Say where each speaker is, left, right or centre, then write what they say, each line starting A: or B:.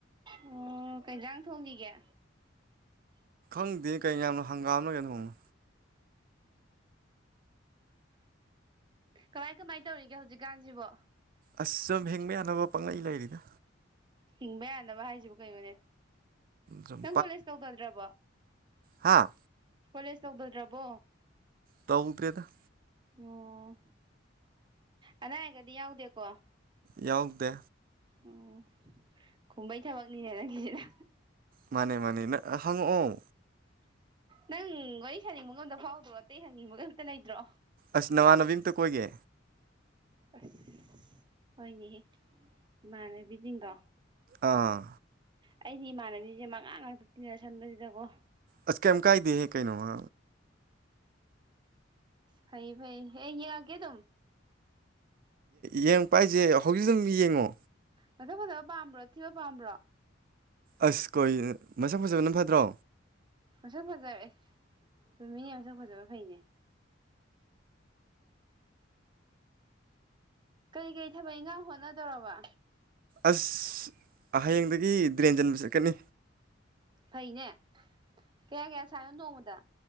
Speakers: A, on the right; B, on the right.
A: ꯎꯝ ꯀꯩꯖꯥꯡ ꯊꯣꯡꯉꯤꯒꯦ
B: ꯈꯪꯗꯤ ꯀꯩꯅ ꯌꯥꯝꯅ ꯍꯪꯒꯥꯝꯒꯅꯣꯣꯡꯉ
A: ꯀꯃꯥꯏ ꯀꯃꯥꯏ ꯇꯧꯔꯤꯒꯦ ꯍꯧꯖꯤꯛꯀꯥꯟꯁꯤꯕꯣ
B: ꯑꯁ ꯁꯨꯝ ꯍꯤꯡꯕ ꯌꯥꯅꯕ ꯄꯪꯂꯩ ꯂꯩꯔꯤꯗ
A: ꯍꯤꯡꯕ ꯌꯥꯅꯕ ꯍꯥꯏꯁꯤꯕꯨ ꯀꯩꯅꯣꯅꯦ
B: ꯁꯨꯝ
A: ꯅꯪ ꯀꯣꯂꯦꯖ ꯇꯧꯗꯗ꯭ꯔꯕꯣ
B: ꯍꯥꯥ
A: ꯀꯣꯂꯦꯖ ꯇꯧꯕꯗꯗ꯭ꯔꯕꯣ
B: ꯇꯧꯗ꯭ꯔꯦꯗ
A: ꯑꯣ ꯑꯅꯥ ꯑꯌꯦꯛꯒꯗꯤ ꯌꯥꯎꯗꯦꯀꯣ
B: ꯌꯥꯎꯗꯦ
A: ꯑꯣ ꯈꯨꯝꯕꯩ ꯊꯕꯛꯅꯤꯅꯦ ꯅꯪꯒꯤꯖꯤꯅ
B: ꯃꯅꯦ ꯃꯅꯦ ꯅꯪ ꯍꯪꯉꯛꯑꯣ
A: ꯅꯪ ꯋꯥꯔꯤ ꯁꯥꯅꯤꯡꯕꯒ ꯑꯝꯇ ꯐꯥꯎꯗ꯭ꯔꯣ ꯑꯇꯩ ꯍꯡꯅꯤꯡꯕꯒ ꯑꯝꯇ ꯂꯩꯇ꯭ꯔꯣ
B: ꯑꯁ ꯅꯃꯥꯟꯅꯕꯤ ꯑꯝꯇ ꯀꯈꯣꯏꯒꯦ
A: ꯑꯁ ꯍꯣꯏꯅꯦꯍꯦ ꯏꯃꯥꯟꯅꯕꯤ ꯖꯤꯡꯗꯣ
B: ꯑꯥ
A: ꯑꯩꯗꯤ ꯏꯃꯥꯟꯅꯕꯤꯁꯦ ꯃꯉꯥ ꯉꯥꯛꯇ ꯇꯤꯟꯅꯁꯟꯕꯁꯤꯗꯀꯣ
B: ꯑꯁ ꯀꯦꯝ ꯀꯥꯏꯗꯦ ꯀꯩꯏꯅꯣ ꯃꯥ
A: ꯐꯩ ꯐꯩꯌꯦ ꯌꯦꯡꯉꯛꯀꯦꯗꯨꯝ
B: ꯌꯦꯡꯉꯛꯄ ꯍꯥꯏꯁꯦ ꯍꯧꯖꯤꯛ ꯑꯗꯨꯝ ꯌꯦꯡꯉꯣ
A: ꯃꯁꯛ ꯐꯖꯕ ꯄꯥꯝꯕ꯭ꯔꯣ ꯊꯤꯕ ꯄꯥꯝꯕ꯭ꯔꯣ
B: ꯑꯁ ꯀꯩꯅꯣ ꯃꯁꯛ ꯐꯖꯕꯅ ꯐꯠꯇ꯭ꯔꯣ
A: ꯃꯁꯛ ꯐꯖꯔꯦ ꯆꯨꯝꯃꯤꯅꯦ ꯃꯁꯛ ꯐꯖꯕ ꯐꯩꯅꯦ ꯀꯔꯤ ꯀꯔꯤ ꯊꯕꯛ ꯏꯟꯈꯥꯡ ꯍꯣꯠꯅꯗꯧꯔꯕ
B: ꯑꯁ ꯍꯌꯦꯡꯗꯒꯤ ꯇ꯭ꯔꯦꯟ ꯆꯟꯕ ꯆꯠꯀꯅꯤ
A: ꯐꯩꯅꯦ ꯀꯌꯥ ꯀꯌꯥ ꯁꯥꯏꯅꯣ ꯅꯣꯡꯃꯗ